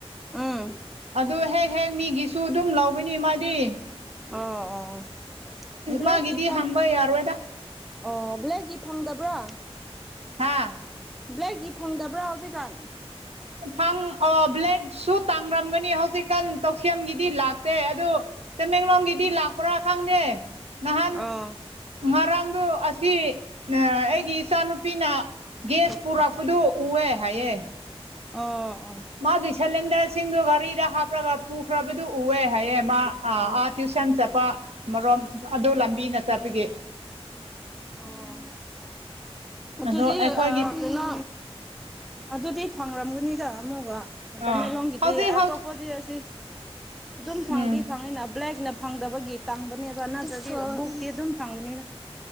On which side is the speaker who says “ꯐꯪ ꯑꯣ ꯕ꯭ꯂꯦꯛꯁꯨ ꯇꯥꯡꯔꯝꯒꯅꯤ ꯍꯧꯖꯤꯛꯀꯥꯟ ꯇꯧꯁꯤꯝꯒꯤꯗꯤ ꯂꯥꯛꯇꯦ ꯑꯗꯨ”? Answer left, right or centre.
Right